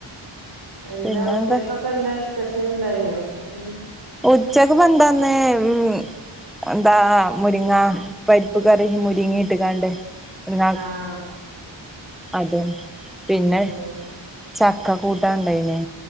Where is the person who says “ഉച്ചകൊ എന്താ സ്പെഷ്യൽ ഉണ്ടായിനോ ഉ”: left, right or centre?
Right